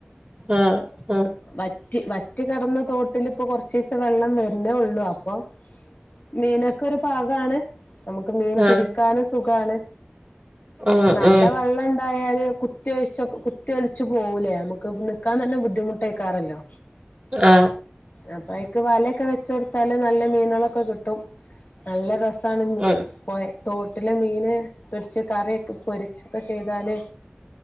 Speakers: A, on the right; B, on the left.
A: ആഹ് ആഹ്.
B: വറ്റി വറ്റി കട്ന്ന തോട്ടിലിപ്പൊ കൊർചീച്ചേ വെള്ളം വരുന്നേ ഉള്ളൂ അപ്പം. മീനൊക്കൊരു പാകാണ്. നമ്മക്ക് മീന് പിടിക്കാനും
A: ആഹ്
B: സുഖാണ്
A: ആഹ്
B: നല്ല
A: ആഹ്
B: വെള്ളം ഇണ്ടായാല് കു കുത്തി ഒഴിച്ച് കുത്തി ഒലിച്ചു പോകൂലേ നമുക്ക് നിക്കാൻ തന്നെ ബുദ്ധിമുട്ടേക്കാരല്ലോ.
A: ആഹ്.
B: അപ്പൊ അയിക്ക് വലയൊക്കെ വെച്ചോടുത്താല് നല്ല മീനുകളൊക്കെ കിട്ടും. നല്ല രസാണ്.
A: ആഹ്
B: പൊഴ തോട്ടിലെ മീൻ പൊര്ച്ച് കറിയൊക്കെ പൊരിച്ചൊക്കെ ചെയ്താല്.